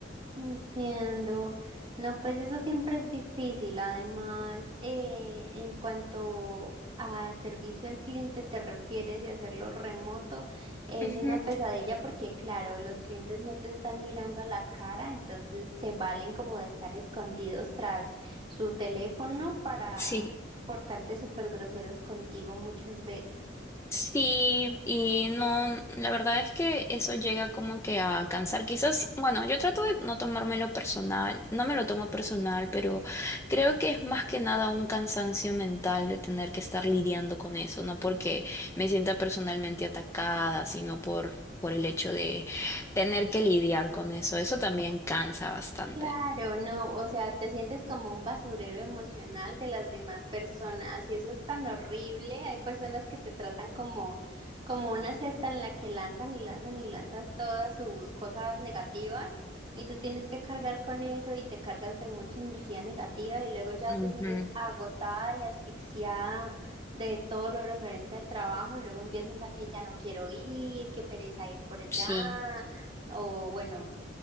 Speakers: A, on the right; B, on the left.
A: Entiendo. No, pues eso siempre es difícil. Además, eh, en cuanto a servicio al cliente te refieres y hacerlo remoto, es
B: Ujú,
A: una pesadilla porque, claro, los clientes no te están mirando a la cara, entonces se valen como de estar escondidos tras su teléfono para
B: Sí.
A: portarse súper groseros contigo muchas veces.
B: Sí, y no, la verdad es que eso llega como que a cansar. Quizás, bueno, yo trato de no tomármelo personal, no me lo tomo personal, pero creo que es más que nada un cansancio mental de tener que estar lidiando con eso, no porque me sienta personalmente atacada, sino por, por el hecho de tener que lidiar con eso. Eso también cansa bastante.
A: Claro, no, o sea, te sientes como un basurero emocional de las demás personas y eso es tan horrible. Hay personas que te tratan como, como una cesta en la que lanzan y lanzan y lanzas todas sus cosas negativas y tú tienes que cargar con eso y te cargas de mucha energía negativa y luego ya
B: Ujú,
A: te sientes agotada y asfixiada de todo lo referente al trabajo y luego empiezas a que ya no quiero ir, que pereza ir por allá
B: Sí.
A: o bueno,